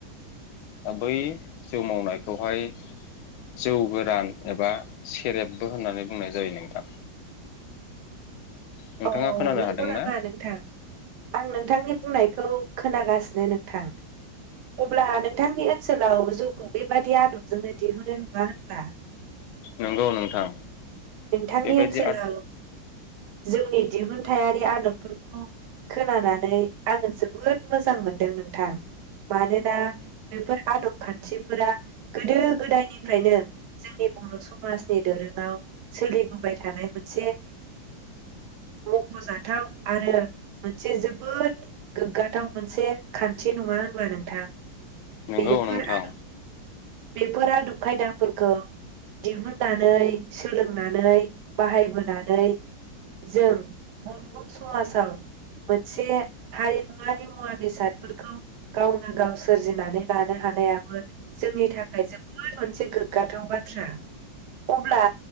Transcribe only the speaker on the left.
दा बै जौ मावनायखौहाय जौ गोरान एबा सेरेबबो होननानै बुंनाय जायो नोंथां नोंथाङा
खोनानो
हादोंना
नंगौ नोंथां
बेबायदि
आद
नंगौ
नोंथां